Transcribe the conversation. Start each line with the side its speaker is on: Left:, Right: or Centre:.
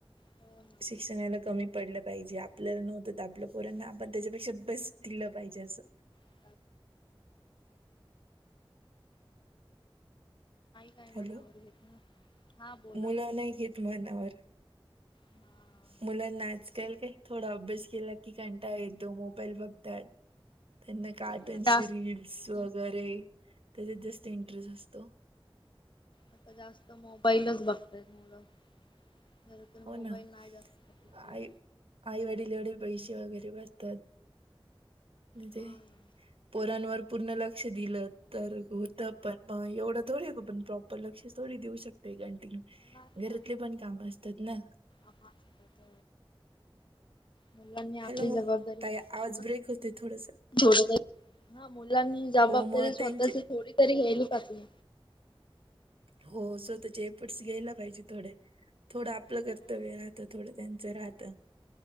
Left: हो ना,
Right: शिक्षणाला कमी पडलं पाहिजे आपलं नव्हतं तर आपल्या पोरांना आपण त्याच्यापेक्षा बस्ट दिलं पाहिजे असं
Left: <inaudible> काय
Right: हॅलो.
Left: मनावर घेत ना हा बोला
Right: मुलं नाही घेत म्हणावर
Left: हा
Right: मुलांना आजकाल काय थोडा अभ्यास केला की कंटाळा येतो मोबाईल बघतात ह त्यांना कार्टनची
Left: तेच ना जास्त
Right: रीलीलस वगैरे त्याच्यात जास्त इंटरेस्ट असतो
Left: आता जास्त मोबाईलच बघतय मुल. खरं तर
Right: हो
Left: मोबाईल
Right: ना.
Left: नाही जास्त पाहिज.
Right: आई आईवडील एवढे पैसे वगैरे भरतात म्हणजे
Left: हा ना.
Right: पोरांवर पूर्ण लक्ष दिलं तर होत पण मग एवढं थोडे पण प्रॉ ण लक्ष थोडी देऊ शकतय गणटीन
Left: नाही
Right: घरातले
Left: ना
Right: पण काम असतात ना
Left: काम असतात मुलांनी आपली
Right: हॅलो
Left: जबाबदारी
Right: ताई
Left: सोपत
Right: आवाज ब्रेक होते थोडस
Left: हा मुलांनी जबाबदारी
Right: हो मग
Left: स्वतःची
Right: त्यांचे
Left: थोडी तरी घ्यायली पातली.
Right: हो स्वतःचेपटस घ्यायला पाहिजे थोडे. थोडं आपलं
Left: पाहिजे
Right: कर्तव्य राहतं थोडं त्यांच राहत.